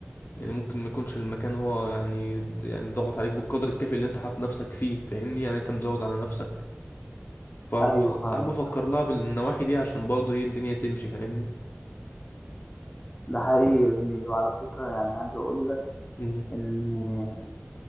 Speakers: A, on the left; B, on the left.
A: يعني ممكن ما يكونش المكان هو يعني يعني ضغط عليك بالقدر الكافي اللي انت حاطط نفسك فيه فاهمني يعني انت مزود على نفسك فساعات
B: ايوه فاهمك
A: بفكر
B: فاهم
A: لها بالنواحي دي عشان برضه ايه الدنيا تمشي فاهمني
B: ده حقيقي يا زميلي وعلى فكره يعني عايز اقول لك
A: مم.
B: ان